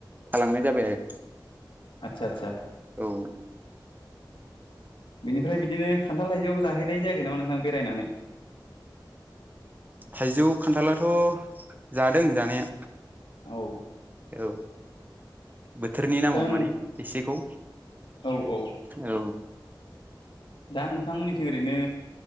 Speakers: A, on the right; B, on the left.
A: थालांनाय जाबाय आरो।
B: आतसा-आतसा।
A: औ।
B: बेनिफ्राय बिदिनो खान्थाल थायजौ जाहैनाय जायाखै नामा नोंथां बेरायनानै।
A: थाइजौ खान्थालाथ' जादों जानाया।
B: औ।
A: औ। बोथोरनि नामाव
B: दा नों
A: माने एसेखौ
B: औ औ
A: औ।
B: दा नोंथांमोननिथिं ओरैनो